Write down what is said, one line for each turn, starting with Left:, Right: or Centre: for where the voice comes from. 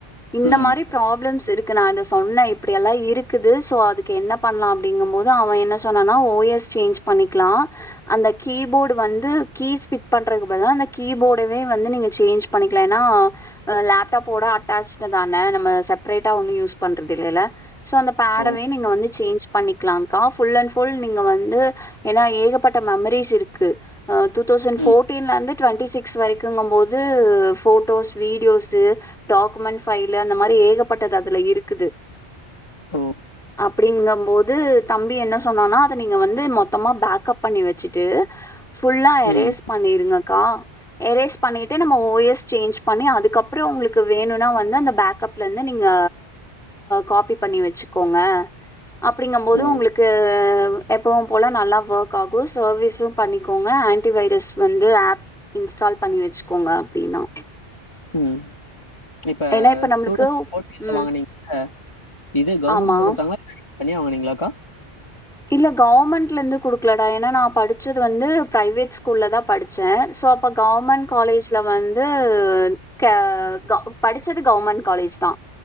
Centre: இந்த
Left: ம்
Centre: மாரி ப்ராப்ளம்ஸ் இருக்கு நா அத சொன்ன இப்டி எல்லா இருக்குது சோ அதுக்கு என்ன பண்லா அப்டிங்கம் போது அவ என்ன சொன்னான்னா ஓ எஸ் சேஞ்ச் பண்ணிக்லா அந்த கீபோர்டு வந்து கீ ஸ்பிட் பண்றதுகு பதுலா த அந்த கீ போட் இப்பவே வந்து நீங்க சேஞ்ச் பண்ணிக்லா ஏன்னா அ லேப்டாப்போட அட்டாச்டு தான நம்ம செப்பரேட்டா ஒன்னு யூஸ் பண்றது இல்லைல்ல சோ அந்த பேடவே
Left: ஓ
Centre: நீங்க வந்து சேஞ்ச் பண்ணிக்லாங்கா ஃபுல் அண்ட் ஃபுல் நீங்க வந்து ஏன்னா ஏகப்பட்ட மெம்ரீஸ் இருக்கு அ டூ தௌசண்ட் போட்டீன்ல
Left: ம்
Centre: இர்ந்து டுவெண்டி சிக்ஸ் வரைக்கு கும் போது போட்டோஸ் வீடியோஸு டாக்குமெண்ட் ஃபைலு அந்த மாதிரி ஏகப்பட்டது அதுல இருக்குது
Left: ஓ
Centre: அப்டிங்கம் போது தம்பி என்ன சொன்னானா அத நீங்க வந்து மொத்தமா பேக்கப் பண்ணி வச்சுட்டு ஃபுல்லா எரேஸ்
Left: ம்.
Centre: பண்ணீருங்கக்கா எரேஸ் பண்ணிட்டு நம்ம ஓ எஸ் சேஞ்ச் பண்ணி அதுக்கப்றொ உங்களுக்கு வேணுனா வந்து அந்த பேக்கப் லந்து நீங்க காப்பி பண்ணி வச்சுக்கோங்க அப்டிங்கம்போது
Left: ஓ!
Centre: உங்களுக் டு எப்பவும் போல நல்லா வோக் ஆகு சர்வீஸு பண்ணிக்கோங்க ஆன்டி வைரஸ் வந்து ஆப் இன்ஸ்டால் பண்ணி வச்சுக்கோங்க அப்டினா
Left: ம் இப்ப
Centre: ஏன்னா நம்மளுக்கு
Left: <inaudible>
Centre: ம்.
Left: வாங்குனிங்கல்ல இது கவர்மெண்ட்ல
Centre: ஆமா.
Left: குட்த்தாங்களா தனியா வாங்குனீங்ளா க்கா
Centre: இல்ல கவர்மெண்ட்ல இந்து குடுக்லடா ஏன்னா நா படுச்சது வந்து பிரைவேட் ஸ்கூல்ல தா படுச்சே சோ அப்ப கவுர்மென்ட் காலேஜ் இதுல வந்து கெ படுச்சது கவ்ர்மெண்ட் காலேஜ் தா